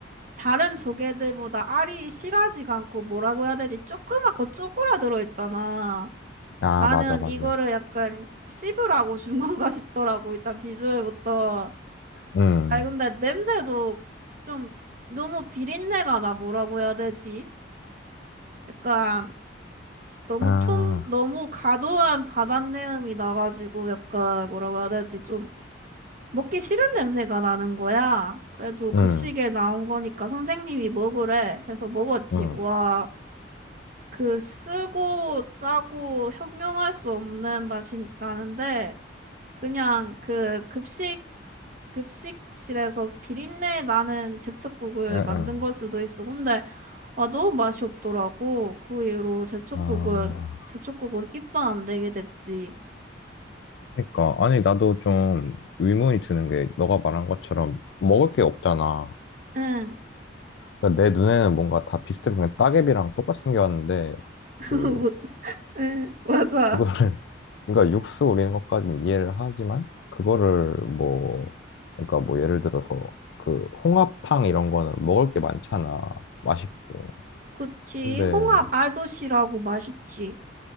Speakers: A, on the right; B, on the left.
A: 다른 조개들보다 알이 실하지가 않고 뭐라고 해야 되지? 조그맣고 쪼그라들어 있잖아.
B: 아,
A: 나는
B: 맞아, 맞아.
A: 이거를 약간 씹으라고 준 건가 싶더라고, 일단 비주얼부터.
B: 응.
A: 아니, 근데 냄새도 좀 너무 비린내가 나, 뭐라고 해야 되지? 약간 너무
B: 아,
A: 툼, 너무 과도한 바닷내음이 나가지고 약간 뭐라고 해야 되지? 좀 먹기 싫은 냄새가 나는 거야. 그래도 급식에
B: 응,
A: 나온 거니까 선생님이 먹으래 해서 먹었지.
B: 응.
A: 와, 그 쓰고 짜고 형용할 수 없는 맛이 나는데 그냥 그 급식 급식실에서 비린내 나는 제첩국을
B: 응,
A: 만든
B: 응.
A: 걸 수도 있어. 근데 와 너무 맛이 없더라고. 그 이후로 제첩국은
B: 아,
A: 제첩국은 입도 안 대게 됐지.
B: 그러니까. 아니, 나도 좀 의문이 드는 게, 너가 말한 것처럼 먹을 게 없잖아.
A: 응.
B: 그러니까 내 눈에는 뭔가 다 비슷해. 그냥 따개비랑 똑같이 생겼는데,
A: <laughs>
B: 그,
A: 못 응, 맞아.
B: 그거를, <laughs> 그러니까 육수 우리는 것까지는 이해를 하지만, 그거를 뭐, 그러니까 뭐 예를 들어서, 그, 홍합탕 이런 거는 먹을 게 많잖아. 맛있고.
A: 그치.
B: 근데
A: 홍합 알도시라고 맛있지.